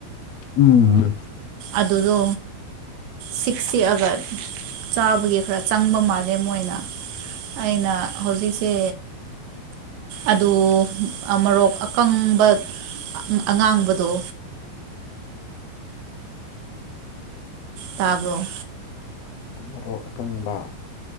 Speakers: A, on the left; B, on the right.
A: ꯎꯝ
B: ꯑꯗꯨꯗꯣ ꯁꯤꯛ ꯁꯤꯛꯑꯒ ꯆꯥꯕꯒꯤ ꯈꯔ ꯆꯪꯕ ꯃꯥꯜꯂꯦ ꯃꯣꯏꯅ ꯑꯩꯅ ꯍꯣꯖꯤꯁꯦ ꯑꯗꯨ ꯃꯣꯔꯣꯛ ꯑꯀꯪꯕ ꯑꯉꯥꯡꯕꯗꯣ ꯇꯥꯕ꯭ꯔꯣ
A: ꯃꯔꯣꯛ ꯑꯀꯪꯕ